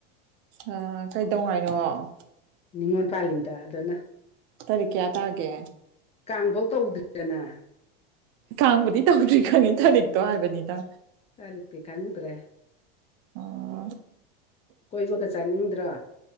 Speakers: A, on the right (about 45°); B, on the left (about 20°).
A: ꯑ ꯀꯩꯗꯧꯉ ꯍꯥꯏꯅꯣ
B: ꯅꯤꯉꯣꯜ ꯄꯥꯜꯂꯤꯗ ꯑꯗꯨꯅ
A: ꯇꯔꯤꯀꯦ ꯇꯑꯦ
B: ꯀꯥꯡꯐꯧ ꯇꯧꯗ꯭ꯔꯤꯗꯅ
A: ꯀꯥꯡꯕꯨꯗꯤ ꯇꯧꯗ꯭ꯔꯤ ꯈꯪꯉꯦ ꯊꯔꯤꯛꯇꯣ ꯍꯥꯏꯕꯅꯤꯗ
B: ꯀꯔꯤꯗꯤ ꯈꯪꯗ꯭ꯔꯦ
A: ꯑꯣ
B: ꯀꯣꯏꯕꯒ ꯆꯥꯅꯤꯡꯗ꯭ꯔꯣ